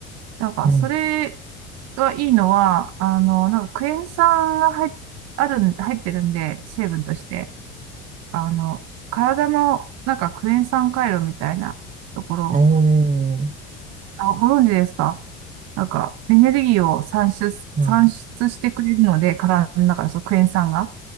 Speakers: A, on the right; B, on the right.
A: なんかそれ
B: ん
A: がいいのは、あの、なんかクエン酸が入っ、あるん、入ってるんで、成分として、あの、体のなんかクエン酸回路みたいなところ、
B: あー、
A: あ、ご存知ですかなんか、エネルギーを産出、
B: はい。
A: 産出してくれるので、体の中で、そう、クエン酸が。